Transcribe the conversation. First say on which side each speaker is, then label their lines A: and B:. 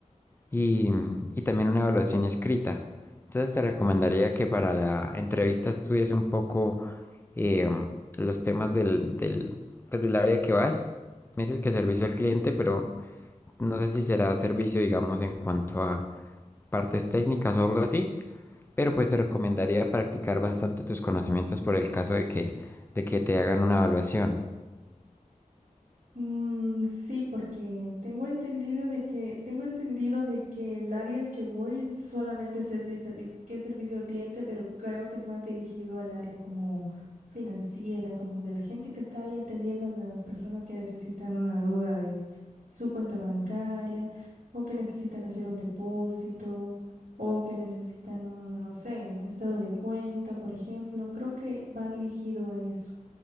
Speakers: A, on the left; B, on the right.
A: y, y también una evaluación escrita. Entonces te recomendaría que para la entrevista estudies un poco eh, los temas del, del, pues, del área que vas. Me dices que servicio al cliente, pero no sé si será servicio, digamos, en cuanto a partes técnicas o algo así. Pero pues te recomendaría practicar bastante tus conocimientos por el caso de que, de que te hagan una evaluación.
B: Mm, sí, porque tengo entendido de que tengo entendido de que el área al que voy solamente sé si es servicio, que es servicio al cliente, pero creo que es más dirigido al área como financiera, como de la gente que está ahí atendiendo a las personas que necesitan una duda de su cuenta bancaria o que necesitan hacer un depósito o que necesitan un, no sé, un estado de cuenta, por ejemplo. Creo que va dirigido a eso.